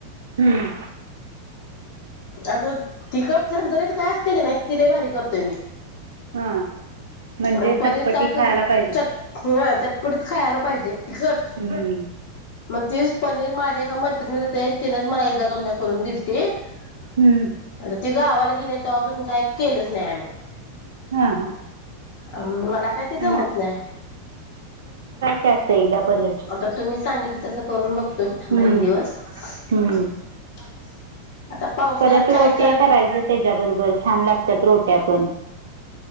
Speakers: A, on the right; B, on the left.
A: हम्म
B: असं तिकटजरीत काय असते की नाही तिले भारी करतोय मी
A: हा म्हणजे
B: आणि पनीर
A: चटपटी
B: काय कध
A: खायला पाहिजे
B: चट ह च तिकडच खायला पाहिजे तिकट
A: हम्म
B: मग तीच पनीर माझे का मैत्रिणी ते तिनच मला एकदा दोनदा करून दिलीती आता
A: हम्म
B: ती गावाला गेली तेव्हापासून काय केलंच नाही मी
A: हा हा
B: अ मला काही ते जमत
A: न-
B: नाही
A: याच एकदा पनीरची
B: आता तुम्ही सांगितलं तसं करून बघतोय की थांबा
A: हम्म
B: एक दिवस, <unintelligible>
A: हम्म
B: पावसाळ्यात
A: परत
B: काय
A: रोट्या
B: चार
A: करायचं त्याच्याबरोबर छान लागतात रोट्या पण.